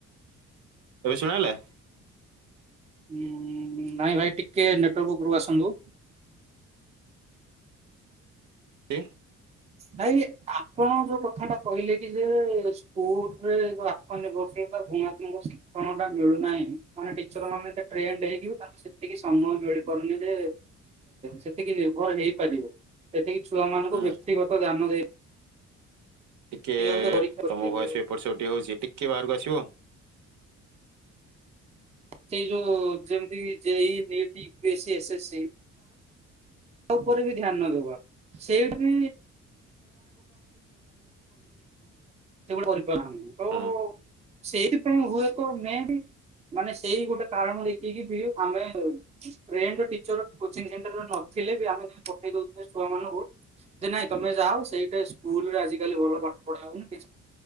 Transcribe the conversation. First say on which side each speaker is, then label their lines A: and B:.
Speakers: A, on the right (about 70°); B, on the right (about 20°).
A: ଏବେ ସୁଣାଗଲା।
B: ହୁଁ ନାଇଁ ଭାଇ ଟିକେ ନେଟୱାର୍କ ଉପରକୁ ଆସନ୍ତୁ।
A: କ <inaudible>
B: ଭାଇ ଆପଣ ଯୋଉ କଥା ଟା କହିଲେ କି ଯେ ସ୍କୁଲରେ ଯୋଉ <inaudible> କଣଟା ମିଳୁନାହିଁ ମାନେ ଟିଚର ମାନେ ଟ୍ରେଣ୍ଡ ହେଇକି ତାଙ୍କୁ ସେତିକି ସମୟ ମିଳିପାରୁନି ଯେ ସେତିକି ନିର୍ଭର ହେଇପାରିବ ସେତିକି ଛୁଆ ମାନଙ୍କୁ
A: ହୁଁ
B: ବ୍ୟକ୍ତିଗତ ଧ୍ୟାନ ଦେଇ
A: ଟିକିଏ
B: ନିୟମିତ ପରୀକ୍ଷା କରିପାରିବେ।
A: ତୁମ ଭୟସ ବି ଏପଟ ସେପଟ ହଉଚି ଟିକିଏ ବାହାରକୁ ଆସିବ।
B: ସେଇ ଯୋଉ ଯେମିତି ଜେଇ ନିକଟ୍ ୟୁପିଏସି ଏସ୍ଏସ୍ ସି। ତା ଉପରେ ବି ଧ୍ୟାନ ନଦବା। <unintelligible> <inaudible> ସେଗୋଟେ କରିପାର ନାଁ ତ
A: ହୁଁ
B: ସେଇଥିପାଇଁ ହୁଏ ତ ମେ ବି ମାନେ ସେଇ ଗୋଟେ କାରଣ ଦେଖିକି ବି ଆମେ ହଉ। ଟ୍ରେଣ୍ଡ ର ଟିଚର କୋଚିଙ୍ଗ ସେଣ୍ଟର ନ ଥିଲେ ବି ଆମେ ଯ ପଠେଇ ଦଉଥିଲେ ଛୁଆ ମାନଙ୍କୁ ଯେ ନାଇଁ ତମେ ଯାଅ ସେଇଟା ସ୍କୁଲରେ ଆଜିକାଲି ଭଲ ପାଠ ପଢା ହଉନି